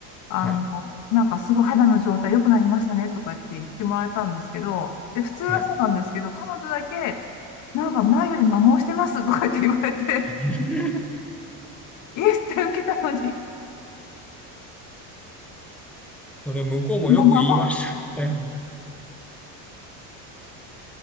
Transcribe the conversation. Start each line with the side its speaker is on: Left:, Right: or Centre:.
Left: あの、
Centre: はい、
Left: なんかすごい肌の状態良くなりましたねとかって言ってもらえたんですけど、で、普通はそうなんですけど、
Centre: はい。
Left: 彼女だけ、なんか前より摩耗してますとかって言われて、
Centre: <laughs>
Left: <laughs> イエスって受けたのに、
Centre: それ、向こうもよく言いましたね。
Left: もう摩耗、
Centre: も